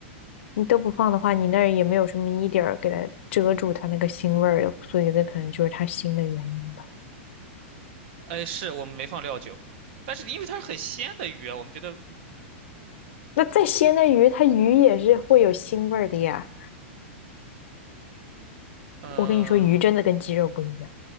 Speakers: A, on the left (about 70°); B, on the right (about 55°).
A: 你都不放的话，你那儿也没有什么一点儿给它遮住它那个腥味儿的，所以那可能就是它腥的原因吧。
B: 哎，是我们没放料酒，但是因为它是很鲜的鱼啊，我们觉得，
A: 那再鲜的鱼，它鱼也是会有腥味儿的呀。
B: 嗯、
A: 我跟你说，鱼真的跟鸡肉不一样。